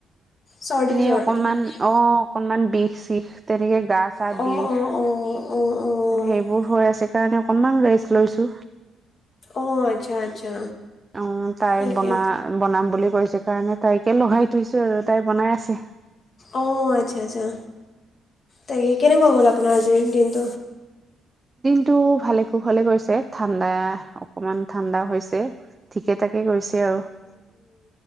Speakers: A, on the left (about 50°); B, on the right (about 25°).
A: চৰ্দি
B: এনেই
A: জ্বৰ
B: অকনমান
A: এনেই
B: অ অকনমান বিষ। চিখ তেনেকে গা চা
A: অঁ তেনেকৈ
B: বিষ
A: অঁ গাৰ অকণমান বিষ। অঁ অঁ অঁ
B: সেইবোৰ হৈ আছে। কাৰণে অকনমান ৰেষ্ট লৈছো।
A: অঁ আচ্ছা আচ্ছা
B: অ' তাই
A: তাকে
B: বনা বনাম বুলি কৈছে কাৰণে তাইকে লগাই থৈছো আৰু তাই বনাই আছে।
A: অ' আচ্ছা-আচ্ছা তাকে কেনেকুৱা গ'ল। বনাজি দিন্ত
B: সটো ভালে খু ভালে গৈছে ঠাণ্ডা অকনমান ঠাণ্ডা হৈছে। ঠিকে থাকে গৈছে আৰু।